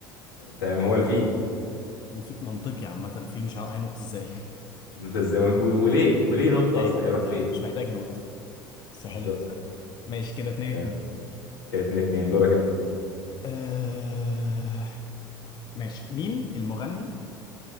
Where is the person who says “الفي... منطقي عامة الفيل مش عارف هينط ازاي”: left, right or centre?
Left